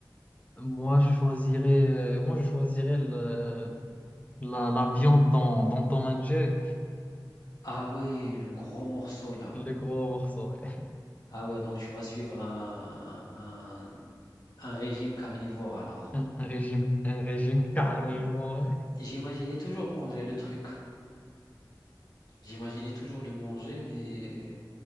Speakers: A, on the left; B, on the left.
A: Moi, je choisirais, euh, moi, je choisirais le- la, la viande dans, dans Tom and Jerry.
B: Ah ouais, le gros morceau là.
A: Le gros morceau, ouais.
B: Ah ouais, donc tu vas suivre un, un, un régime carnivore alors.
A: Un, un régime, un régime <laughs> carnivore.
B: J'imaginais toujours manger le truc. J'imaginais toujours le manger, mais...